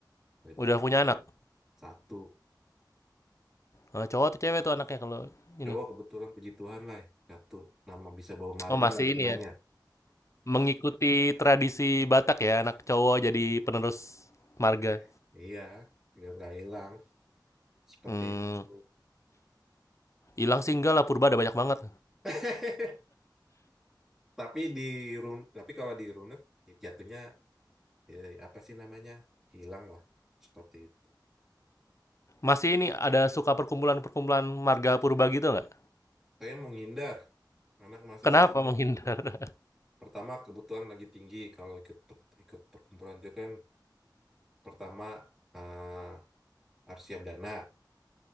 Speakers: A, in the centre; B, on the left.
A: dari
B: Udah
A: seperti
B: punya
A: itu.
B: anak?
A: satu
B: Eee, cowok atau cewek tuh anaknya kalau ini?
A: cowok kebetulan puji Tuhan lah ya. satu nama bisa bawa marga
B: Oh, masih
A: lah istilahnya.
B: ini ya, mengikuti tradisi Batak ya, anak cowok jadi penerus marga.
A: Eh, iya, biar nggak hilang seperti
B: Mmm,
A: itu.
B: ilang sih enggak lah, purba ada banyak banget.
A: <laughs> Tapi di run- tapi kalau di runut ya jatuhnya ya, apa sih namanya hilang lah seperti itu.
B: Masih ini, ada suka perkumpulan-perkumpulan marga purba gitu nggak?
A: Saya menghindar anak masih
B: Kenapa
A: kecil.
B: menghindar?
A: pertama kebutuhan lagi tinggi kalau ikut per- ikut perkumpulan itu kan pertama eh, harus siap dana